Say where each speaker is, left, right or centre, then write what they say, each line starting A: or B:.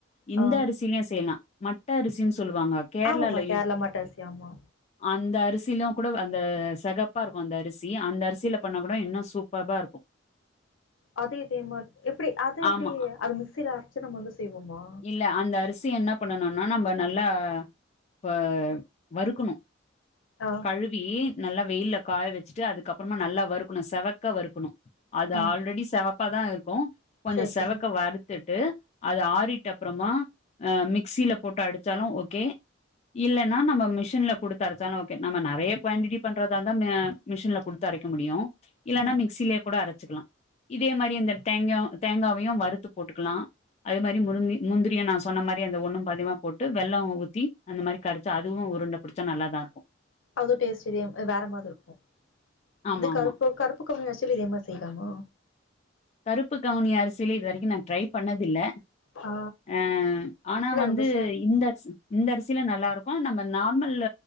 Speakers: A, on the left (about 35°); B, on the left (about 85°).
A: இந்த
B: ஆ
A: அரிசியிலும் செய்யலாம் ம மட் அரிசின்னு சொல்லுவாங்க கேரளால
B: ஆமாம்மா கேரளா
A: யூஸ்
B: மட்ட அரிசி ஆமா
A: அந்த அரிசியிலும் கூட அந்த செகப்பா இருக்கும் அந்த அரிசி அந்த அரிசியில பண்ண கூட இன்னும் சூப்பர்பா இருக்கும்
B: அதது இதே மாரி எப்டி அது எப்டி
A: ஆமா
B: அது மிக்சி ல அரைச்சி நாம் வந்து செய்வோமா
A: இல்ல அந்த அரிசி என்ன பண்ணணும்னா நம்ம நல்லா இப்ப வறுக்கணும்
B: ஆ
A: கழு வி நல்லா வெயில்ல காய வச்சுட்டு அதுக்க அப்பறமா நல்லா வறுக்கணும் செவக்க வறுக்கணும் அது
B: ம்
A: ஆல்ரெடி செவப்பாதான் இருக்கும் கொஞ்சம்
B: சரி
A: செவக்க
B: சரிங்க
A: வறு த்துட்டு அது ஆறிட்டு அப்பறமா மிக்சில போட்டு அடிச்சாலும் ஓகே இல்லன்னா நம்மப் மிஷின்ல குடுத் அரைச்சாலு ஓகே நம்ம நறைய க்வாண்டிட்டி பண்றதா தா மே மிஷின்ல குடுத்து அரைக்க முடியு இல்லன்னா
B: ம்
A: மிக்சில்யே கூட அரச்சிக்லா இதே மாரி இந்த தேங்யு தேங்காவையு வறுத்து போட்டுக்கலா அதே மாரி முருந்தி முந்திரிய நா சொன்ன மாரி அந்த ஒண்ணு பாதிமா போட்டு வெள்ளோ ஊத்தி அந்த மாரி கரச்சி ஆல் துவு உருண்ட பிடிச்சா நல்லாதா ருக்கு
B: அது டேஸ் தெரியெம் எ வேற மாத் இருக்கு
A: ஆமா
B: இந்த கருப்பு
A: ஆமா
B: கருப்பு கவுனி அரிசில இதே மார் செய்லாமா
A: கருப்பு கவுனி அரிசில இது வரிக்கி நா ட்ரை பண்ணதில்ல
B: ஆ
A: எ ஆனா
B: இல்ல
A: வந்து
B: நம்ம ச
A: இந்தக்ஸு இந்த அரிசில நல்லாரு க்கோ நம்ம நார்மல்ல